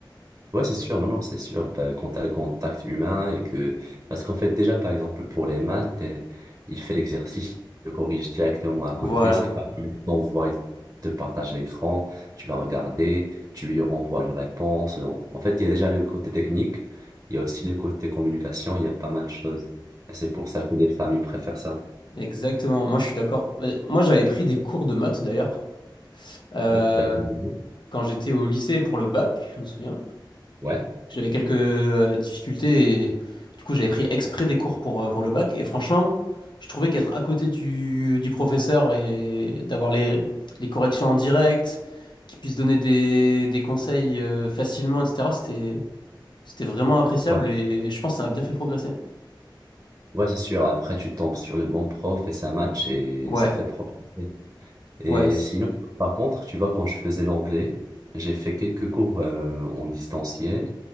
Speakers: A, on the right; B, on the left.
A: Ouais, c'est sûr, non, non, c'est sûr. Pas- Quand t'as le contact humain et que. Parce qu'en fait, déjà, par exemple, pour les maths, euh, il fait l'exercice, il le corrige directement à côté.
B: Voilà,
A: C'est pas que tu t'envoies, il te partage l'écran, tu vas regarder, tu lui renvoies une réponse. En en fait, il y a déjà le côté technique, il y a aussi le côté communication, il y a pas mal de choses. Et c'est pour ça que les familles préfèrent ça.
B: exactement. Moi, je suis d'accord. Euh, Moi, j'avais pris des cours de maths d'ailleurs euh,
A: Ouais, t'as une idée
B: quand j'étais au lycée pour le bac, je me souviens.
A: Ouais,
B: J'avais quelques euh, difficultés et du coup, j'avais pris exprès des cours pour, euh, pour le bac. Et franchement, je trouvais qu'être à côté du, du professeur et d'avoir les, les corrections en direct, qu'il puisse donner des, des conseils euh, facilement, etc., c'était, c'était vraiment appréciable
A: ouais.
B: et je pense que ça m'a bien fait progresser.
A: Ouais, c'est sûr. Après, tu tombes sur le bon prof et ça match et
B: Ouais,
A: ça fait progresser. Et
B: ouais. c-
A: sinon, par contre, tu vois, quand je faisais l'anglais, j'ai fait quelques cours euh, en distanciel.